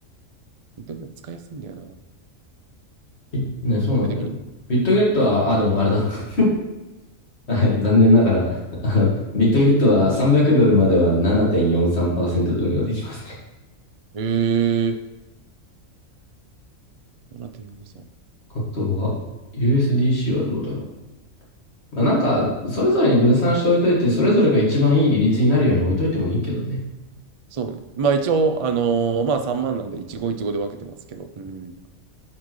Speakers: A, on the right; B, on the left.
A: ビットゲット使いやすいんだよな。基本
B: いね、そうなんだよね。
A: 的に。
B: ビットゲットは、
A: うん。
B: あ、でもあれだ。<laughs> はい、残念ながら、あの、ビットゲットは300ドルまでは7.43%で運用できますね。
A: へえ。どうなってるんですか
B: <laughs> あとは、USDC はどうだろう。まあ、なんか、それぞれに分散しておいといて、それぞれが一番いい利率になるように置いといてもいいけどね。
A: そうね。まあ一応、あのーまあ3万なんで一期一会で分けてますけど、うん。